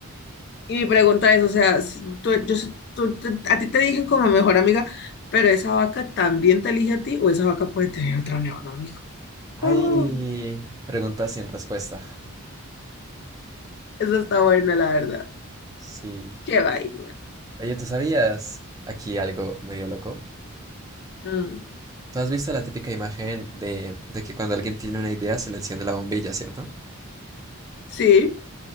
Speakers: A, on the left; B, on the right.
A: Y mi pregunta es, o sea, si tú- yo, sé- tú- te- a ti te eligen como mejor amiga, pero esa vaca también te elige a ti o esa vaca puede tener otra mejor amiga.
B: Ay,
A: <laughs>
B: preguntas sin respuesta.
A: Mm, Esa está buena, la verdad.
B: Sí.
A: Qué vaina.
B: Oye, ¿tú sabías aquí algo medio loco?
A: Mm,
B: ¿Tú has visto la típica imagen de, de que cuando alguien tiene una idea se le enciende la bombilla, ¿cierto?
A: Sí.